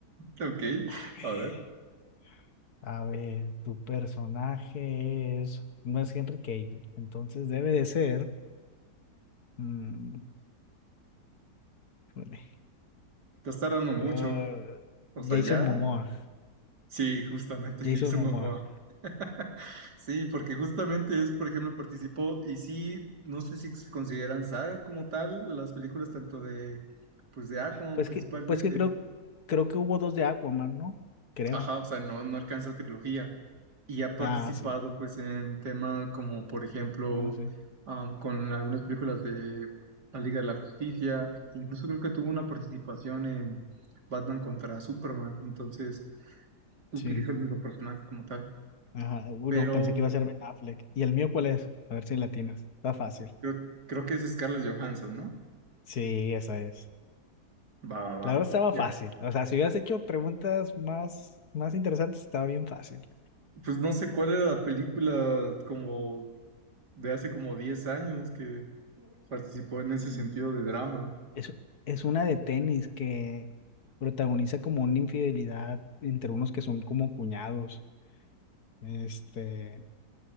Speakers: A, on the right; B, on the left.
A: ok,
B: A ver,
A: a ver,
B: a ver, tu personaje es, no es Henry Cavill, entonces debe de ser, mm, híjole,
A: te estás tardando mucho.
B: ah,
A: O
B: Jason
A: sea, ya
B: Momoa,
A: Sí, justamente
B: Jason
A: Jason
B: Momoa.
A: Momoa. <laughs> Sí, porque justamente es, por ejemplo, participó y sí, no sé si se consideran saga como tal las películas tanto de, pues de Aquaman
B: Pues
A: principalmente.
B: que, pues que creo, creo que hubo dos de Aquaman, ¿no? Creo.
A: Ajá, o sea, no, no alcanza trilogía y ha participado
B: Ah, sí, sí,
A: pues en tema como, por ejemplo,
B: no, sí,
A: am, con algunas películas de La Liga de la Justicia, incluso creo que tuvo una participación en Batman contra Superman, entonces utilizó
B: sí.
A: el mismo personaje como tal.
B: Ajá, uy,
A: Pero
B: no, pensé que iba a ser Ben Affleck. ¿Y el mío cuál es? A ver si la atinas. Está fácil.
A: Creo, creo que es Scarlett Johansson, ¿no?
B: Sí, esa es.
A: Va, va,
B: La
A: va.
B: verdad estaba fácil.
A: Ya.
B: O sea, si hubieras hecho preguntas más, más interesantes, estaba bien fácil.
A: Pues no sé cuál era la película como de hace como 10 años que participó en ese
B: Mm.
A: sentido de drama.
B: Es, es una de tenis que protagoniza como una infidelidad entre unos que son como cuñados. Este,